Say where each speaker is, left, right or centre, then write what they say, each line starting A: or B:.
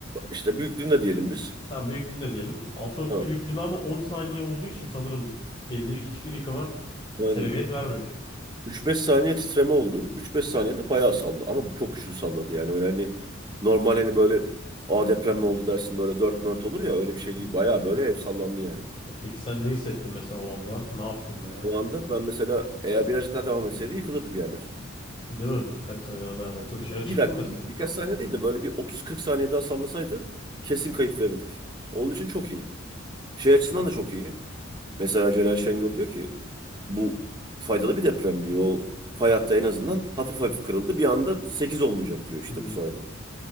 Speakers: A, on the right; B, on the left.
A: işte büyüklüğünde diyelim biz.
B: Tam büyüklüğünde diyelim. 6.2
A: Ha.
B: büyüklüğünde ama 10 saniye olduğu için sanırım belli bir hiçbir yıkıma
A: Aynen.
B: sebebiyet vermemiş.
A: 3-5 saniye titreme oldu. 3-5 saniyede bayağı salladı. Ama çok güçlü salladı yani. Öyle hani normal hani böyle a deprem mi oldu dersin böyle dört mört olur ya öyle bir şey değil.
B: Hı hı.
A: Bayağı böyle ev sallandı yani.
B: Ya Peki sen ne hissettin mesela o anda? Ne yaptın veya?
A: O anda ben mesela eğer birazcık daha devam etseydi yıkılırdı bir yerler.
B: Değil mi? Birkaç sene daha devam etse dışarı
A: Bir
B: çıktın
A: dakika,
B: mesela.
A: bir- birkaç saniye değil de böyle bir 30-40 saniye daha sallasaydı kesin kayıp verirdik. Onun için çok iyi. Şey açısından da çok iyi. Mesela Celal Şengör diyor ki bu faydalı bir deprem diyor. O fay hattı en azından hafif hafif kırıldı. Bir anda 8 olmayacak diyor işte
B: Hı hı.
A: bu sayede.